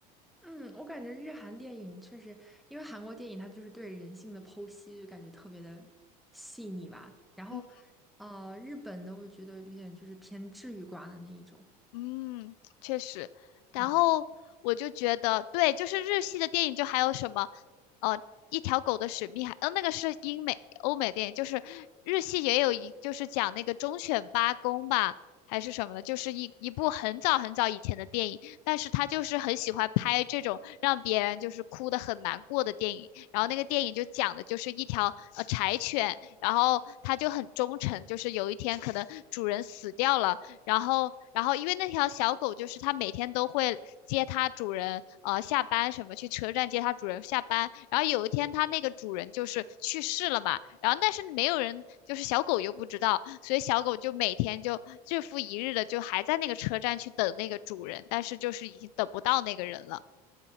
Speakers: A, in the centre; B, on the left.
A: 嗯，我感觉日韩电影确实，因为韩国电影它就是对人性的剖析，就感觉特别的细腻吧。然后，
B: 嗯。
A: 呃，日本的我觉得有点就是偏治愈挂的那一种，
B: 嗯，确实。然后我就觉得，
A: 蛮好。的。
B: 对，就是日系的电影，就还有什么，呃，一条狗的使命还，呃，那个是英美、欧美电影，就是日系也有一，就是讲那个忠犬八公吧，还是什么的，就是一一部很早很早以前的电影，但是他就是很喜欢拍这种让别人就是哭的很难过的电影。然后那个电影就讲的就是一条呃柴犬，然后它就很忠诚，就是有一天可能主人死掉了。然后，然后因为那条小狗就是它每天都会接它主人，呃，下班什么去车站接它主人下班。然后有一天它那个主人就是去世了嘛，然后但是没有人，就是小狗又不知道，所以小狗就每天就日复一日的就还在那个车站去等那个主人，但是就是已经等不到那个人了。